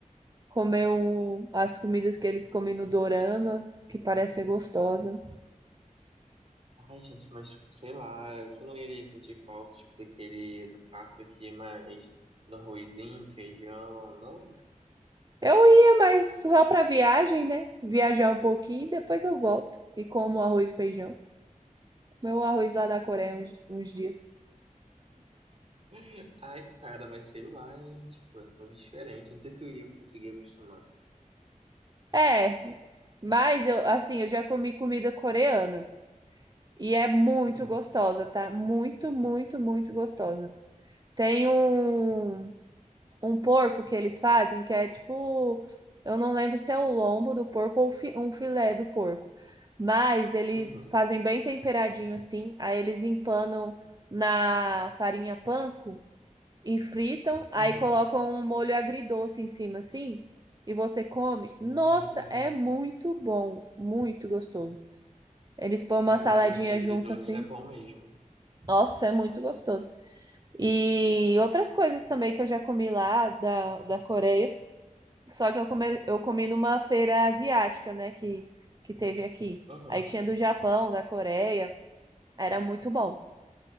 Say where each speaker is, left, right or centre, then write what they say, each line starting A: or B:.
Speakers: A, on the right (about 30°); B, on the right (about 45°).
A: Comer um- as comidas que eles comem no Dorama, que parece ser gostosa.
B: Ai, gente, mas sei lá, você não iria sentir falta, tipo, daquele, do clássico aqui, mas do arrozinho, feijão, não?
A: Eu ia, mas só pra viagem, né? Viajar um pouquinho, depois eu volto e como arroz e feijão. Meu arroz lá da Coreia uns, uns dias.
B: <laughs> Ai, cara, mas sei lá, hein, tipo, é tão diferente, não sei se eu iria conseguir acostumar.
A: É, mas eu, assim, eu já comi comida coreana e é muito
B: Uhum,
A: gostosa, tá? Muito, muito, muito gostosa. Tem um um porco que eles fazem, que é tipo, eu não lembro se é o lombo do porco ou fi- um filé do porco. Mas eles
B: uhum,
A: fazem bem temperadinho assim, aí eles empanam na farinha panko e fritam, aí
B: uhum,
A: colocam um molho agridoce em cima assim, e você come. Nossa,
B: hum.
A: é muito bom, muito gostoso. Eles põem uma
B: Cara,
A: saladinha
B: pior que agridoce
A: junto assim.
B: é bom mesmo.
A: Nossa, é muito gostoso. E outras coisas também que eu já comi lá da, da Coreia. Só que eu, come, eu comi numa feira asiática, né? Que, que teve aqui.
B: Aham,
A: Aí tinha do Japão, da Coreia. Era muito bom.